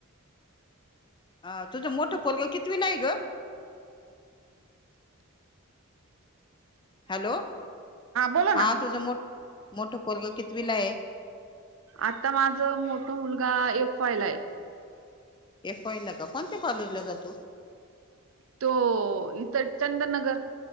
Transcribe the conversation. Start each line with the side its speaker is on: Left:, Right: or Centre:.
Left: हा तुझं मोठं पोरग कितवीला आहे ग हॅलो
Right: बोला
Left: हा
Right: ना
Left: तुझं मो मोठं पोरग कितवीला आहे
Right: आता माझ मोठ मुलगा एफ वाय ला आहे
Left: एफ वाय ला का कोण्या कॉलेजला जातो
Right: तो इथ चंदनगर